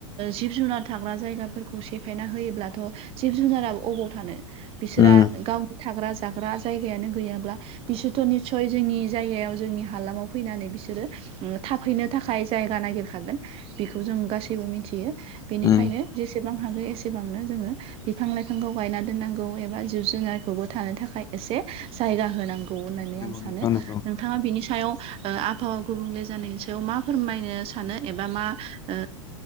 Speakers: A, on the right; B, on the left.
A: जिब जुनार थाग्रा जायगाफोरखौ सेफायना होयोब्लाथ' जिब जुनाराबो अबाव थानो बिसोरा
B: उम
A: गावनि थाग्रा जाग्रा जायगायानो गैयाब्ला बिसोरथ' निस्सय जोंनि जायगायाव जोंनि हालामाव फैनानै बिसोरो उम थाफैनो थाखाय जायगा नागिरखागोन बेखौ जों गासैबो मिथियो बेनिखायनो
B: उम
A: जेसेबां हागौ एसेबांनो जोङो बिफां लाइफांखौ गायना दोननांगौ एबा जिब जुनारखौबो थानो थाखाय एसे जायगा होनांगौ होननानै
B: नंगौ
A: आं सानो
B: नोंथां
A: नो-
B: नंगौ
A: नोंथाङा बिनि सायाव ओ आबहावा गुबुंले जानायनि सायाव मा फोरमायनो सानो एबा मा ओ